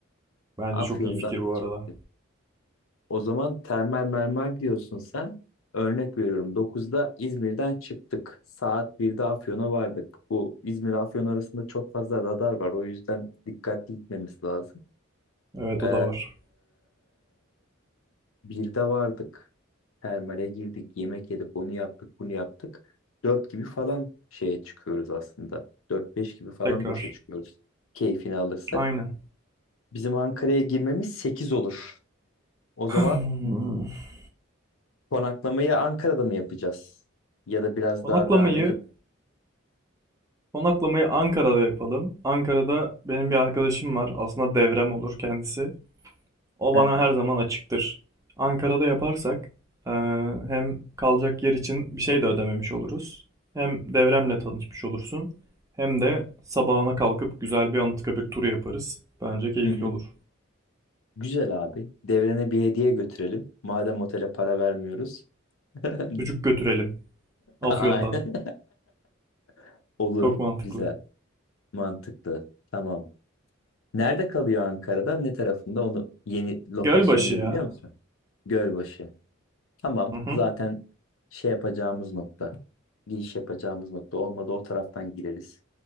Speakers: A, on the right (about 15°); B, on the left (about 80°).
A: Bence
B: Afyon'dan
A: çok iyi fikir bu
B: çıktı.
A: arada.
B: O zaman termal mermer diyorsun sen. Örnek veriyorum. Dokuzda İzmir'den çıktık. Saat birde Afyon'a vardık. Bu İzmir Afyon arasında çok fazla radar var. O yüzden dikkatli gitmemiz lazım.
A: Evet
B: Ee,
A: o da var.
B: Birde vardık. Termale girdik. Yemek yedik. Onu yaptık. Bunu yaptık. Dört gibi falan şeye çıkıyoruz aslında. Dört beş gibi falan
A: Tekrar.
B: boşa çıkıyoruz. Keyfini alırsak.
A: Aynen.
B: Bizim Ankara'ya girmemiz sekiz olur. O zaman
A: <sighs>
B: konaklamayı Ankara'da mı yapacağız? Ya da biraz
A: <laughs> Konaklamayı
B: daha devam edip...
A: Konaklamayı Ankara'da yapalım. Ankara'da benim bir arkadaşım var. Aslında devrem olur kendisi. O
B: Hı
A: bana
B: hı.
A: her zaman açıktır. Ankara'da yaparsak eee, hem kalacak yer için bir şey de ödememiş oluruz. Hem devremle tanışmış olursun. Hem de sabahına kalkıp güzel bir Anıtkabir turu yaparız. Bence keyifli
B: Hı hı.
A: olur.
B: Güzel abi. Devrene bir hediye götürelim. Madem otele para vermiyoruz. <laughs>
A: Çocuk götürelim. Afyon'dan.
B: Aynen. <laughs> Olur.
A: Çok mantıklı.
B: Güzel. Mantıklı. Tamam. Nerede kalıyor Ankara'da? Ne tarafında? Onu yeni lokasyonunu
A: Gölbaşı ya.
B: biliyor musun? Gölbaşı. Tamam.
A: Hı hı.
B: Zaten şey yapacağımız nokta. Giriş yapacağımız nokta. Olmadı o taraftan gireriz